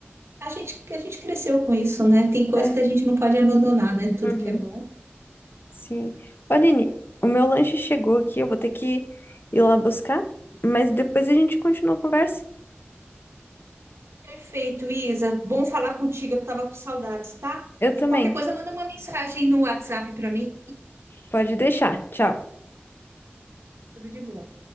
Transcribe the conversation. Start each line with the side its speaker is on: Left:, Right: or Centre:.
Right: a gente que a gente cresceu com isso, né? Tem coisa
Left: É.
Right: que a gente não pode abandonar, né? Tudo
Left: Uhum.
Right: que é bom.
Left: Sim. Ô, Aline, o meu lanche chegou aqui, eu vou ter que ir lá buscar, mas depois a gente continua a conversa.
Right: Perfeito, Isa. Bom falar contigo. Eu tava com saudades, tá?
Left: Eu
Right: De
Left: também.
Right: qualquer coisa, manda uma mensagem no WhatsApp para mim.
Left: Pode deixar. Tchau.
Right: Tudo de bom.